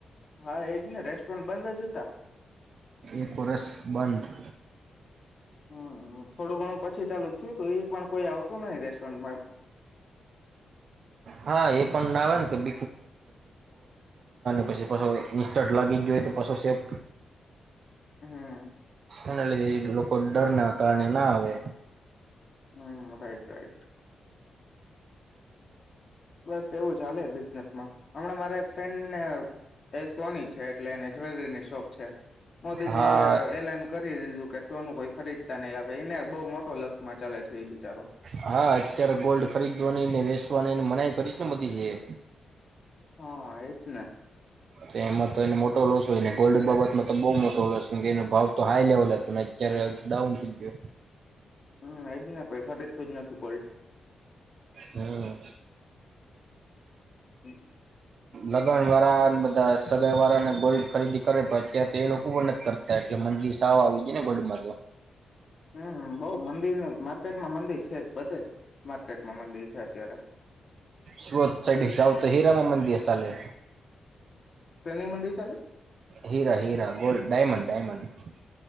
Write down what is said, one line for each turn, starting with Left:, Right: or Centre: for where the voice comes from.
Left: હા એજ ને રેસ્ટોરન્ટ બંધ જ હતા,
Right: એક વરસ બંધ
Left: હ અ થોડું ઘણું પછી ચાલુ થયું તો એ પણ કોઈ આવતું નહીં રેસ્ટોરન્ટ
Right: હા એ પણ ના આવે ને કે <unintelligible> <unintelligible> પછી પાછો ઈન્સટન્ટ લાગી ગયો હોય તો પાછો શેપ.
Left: હમ્મ.
Right: એના લીધે ઈ લોકો ડરના કારણે ના આવે.
Left: Hmm, right right. બસ, એવું જ હાલે બિઝનેસમાં. હમણાં મારા એક ફ્રેન્ડને એ સોની છે. એટલે એને જ્વેલરીની શોપ છે. મોદીજી
Right: હા
Left: એ એલાન કરી દીધું કે સોનું કોઈ ખરીદતા નઈ. હવે એને બઉ મોટો લસમાં ચાલે છે ઈ બિચારો.
Right: હા, અત્યારે ગોલ્ડ ખરીદવાની ને વેસવાનીને મનાઈ કરીસ ને મોદીજીએ.
Left: હા, એજ ને.
Right: તો એમાં તો એનો મોટો લોસ હોય, ને ગોલ્ડ બાબતમાં તો બો મોટો લોસ, કેમ કે એનો ભાવ તો હાઈ લેવલ હતો ને અત્યારે ડાઉન થઈ ગયો.
Left: હમ્મ. એજ ને. કોઈ ખરીદતું જ નથી ગોલ્ડ.
Right: હમ
Left: હમ્મ.
Right: લગન વાળાન બધા સગાઈ વાળા ને ગોલ્ડ ખરીદી કરે પણ અત્યારે તો એ લોકોય નથી કરતા એટલે મંદી સાવ આવી ગઈ ને ગોલ્ડ માં તો.
Left: હમ્મ. બહ મંદીનું માર ર્કેટમાં મંદી છે જ બધે જ માર્કેટ મા મંદી છે અત્યારે.
Right: સુરત સાઈડે ચાલતે હિરામા મંદિર ચાલે.
Left: શેની મંદિર ચાલે?
Right: હીરા હીરા ગોલ્ડ ડાયમંડ ડાયમંડ.